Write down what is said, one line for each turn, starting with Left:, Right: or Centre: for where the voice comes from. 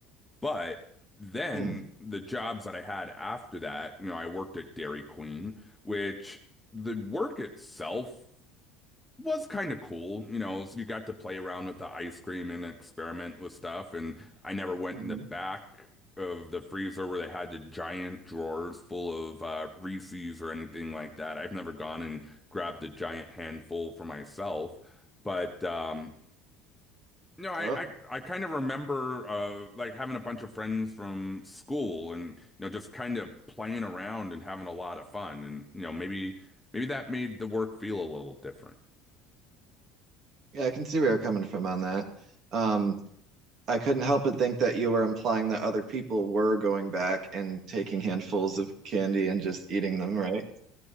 Centre: But then
Right: Mm,
Centre: the jobs that I had after that, you know, I worked at Dairy Queen, which the work itself was kind of cool, you know, so you got to play around with the ice cream and experiment with stuff. And I never went
Right: mhm.
Centre: in the back of the freezer where they had the giant drawers full of uh, Reese's or anything like that. I've never gone and grabbed a giant handful for myself. But um, no, I
Right: Oh,
Centre: I, I kind of remember uh, like having a bunch of friends from school and you know just kind of playing around and having a lot of fun. And you know maybe maybe that made the work feel a little different.
Right: yeah, I can see where you're coming from on that. Um, I couldn't help but think that you were implying that other people were going back and taking handfuls of candy and just eating them, right?